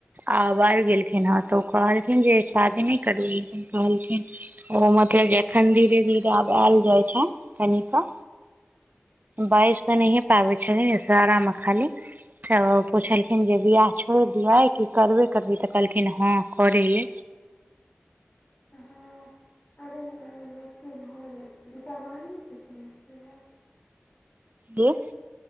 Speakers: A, on the right; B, on the left.
A: आब बाहर गेलखिन हेँ त ओ कहलखिन जे शादी नै करू लेकिन कहलखिन ओ मतलब जे एखन धीरे-धीरे आब आयल जाय छैन कनी क। बाइज त नहिये पाबै छथिन इशारामे खाली फेर ओ पुछलखिन जे बियाह छोइड़ दियै कि करबे करभी त कहलखिन जे हँ करे ले।
B: अच्छा। <inaudible> की भ जाइ छैय ओ त जवाने छथिन की ने।
A: की?